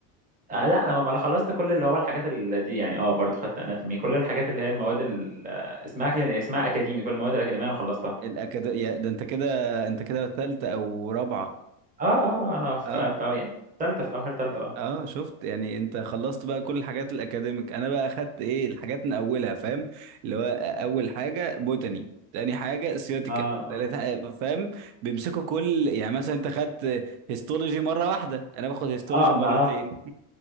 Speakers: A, on the right; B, on the right.
A: آه لا انا ما انا خلصت كل اللي هو الحاجات اللي دي يعني اه برضو خدت اناتومي كل الحاجات اللي هي المواد ال- آه، اسمها كلين اسمها اكاديمي كل المواد الاكاديميه انا خلصتها
B: الاكاد يا- ده انت كده انت كده ثالثه او رابعه
A: اه اه آه، انا في
B: اه
A: في يعني في ثالثه في اخر ثالثه اه
B: اه شفت يعني انت خلصت بقى كل الحاجات الاكاديميك انا بقى اخدت ايه الحاجات من اولها فاهم اللي هو اول حاجه بوتاني تاني حاجه سيوتيكال
A: اه اه
B: تالت حاجه فاهم بيمسكوا كل يعني مثلا انت خدت هيستولوجي مره واحده انا باخد هيستولوجي
A: اه ما
B: مرتين
A: آه.